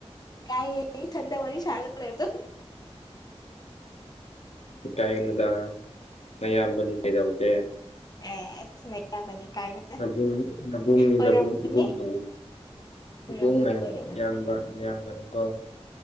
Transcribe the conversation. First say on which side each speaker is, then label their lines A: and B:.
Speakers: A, on the left; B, on the left.
A: ꯏꯀꯥꯢ ꯌꯦ ꯏꯊꯟꯗ ꯋꯥꯔꯤ ꯁꯥꯔ ꯂꯩꯕꯗꯨ
B: ꯏꯀꯥꯏꯒꯅꯣꯗ ꯅꯌꯥꯝꯕꯅꯤ ꯀꯩꯗꯧꯒꯦ
A: ꯑꯦ ꯅꯌꯥꯝꯕꯅꯤ ꯀꯥꯏꯅ
B: ꯨꯅꯕꯨꯡ ꯅꯕꯨꯡꯅ‌ꯦ
A: ꯑꯣꯏꯔꯝꯒꯅꯤ
B: ꯅꯕꯨꯡ ꯏꯕꯨꯡꯅ‌ꯦ
A: ꯑꯣꯏꯔꯝꯒꯅꯤ
B: ꯏꯕꯨꯡꯅ‌ꯦ
A: ꯑꯣꯏꯔꯝꯒꯅꯤ
B: ꯅꯌꯥꯝꯕ ꯅꯌꯥꯝꯕ ꯅꯤꯀꯣ